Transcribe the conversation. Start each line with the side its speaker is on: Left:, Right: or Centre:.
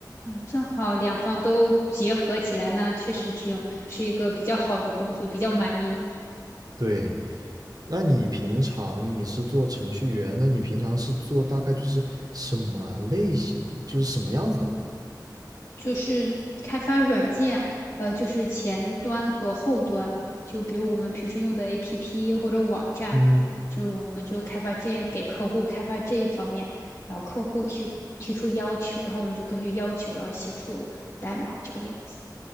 Left: 正好两方都结合起来，那确实挺是一个比较好的工作，比较满意。
Right: 对，那你平常你是做程序员，那你平常是做大概就是什么类型，就是什么样子的工作？
Left: 就是开发软件，呃，就是前端和后端，就比如我们平时用的 APP 或者网站，
Right: 嗯，
Left: 就是我们就开发这样给客户开发这一方面，然后客户提提出要求，然后我们就根据要求，然后写出代码这个样子。